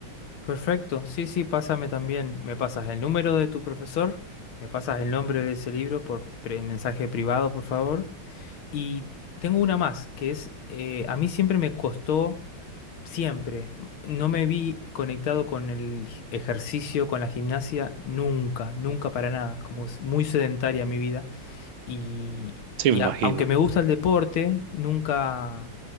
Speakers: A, on the left (about 90°); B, on the right (about 80°).
A: Perfecto, sí, sí, pásame también. Me pasas el número de tu profesor, me pasas el nombre de ese libro por pre- mensaje privado, por favor. Y tengo una más, que es, eh, a mí siempre me costó, siempre, no me vi conectado con el gi- ejercicio, con la gimnasia, nunca, nunca para nada, como es muy sedentaria mi vida. Y,
B: Sí,
A: y
B: me imagino.
A: a- aunque me gusta el deporte, nunca...